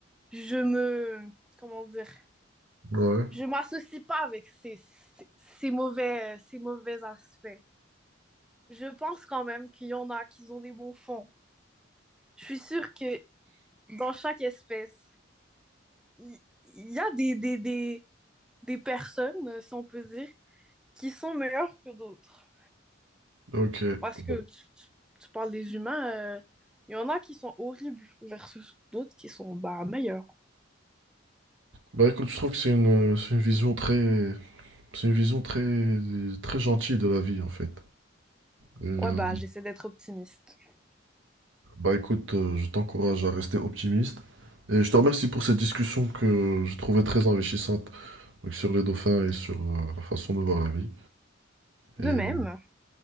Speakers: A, in the centre; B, on the right (about 70°).
A: je me, comment dire,
B: Ouais,
A: je m'associe pas avec ces, ces, ces mauvais, ces mauvais aspects. Je pense quand même qu'il y en a qui ont des bons fonds. Je suis sûre que dans chaque espèce, il il y, a des, des, des, des personnes, si on peut dire, qui sont meilleures que d'autres.
B: ok. Ouais.
A: Parce que tu, tu- tu parles des humains, euh, il y en a qui sont horribles versus d'autres qui sont bah, meilleurs.
B: Bah écoute, je trouve que c'est une, c'est une vision très, c'est une vision très, très gentille de la vie, en fait. Et, euh,
A: Ouais, bah, j'essaie d'être optimiste.
B: bah écoute, euh, je t'encourage à rester optimiste. Et je te remercie pour cette discussion que je trouvais très enrichissante. donc sur les dauphins et sur euh, la façon de voir la vie.
A: De
B: Et,
A: même.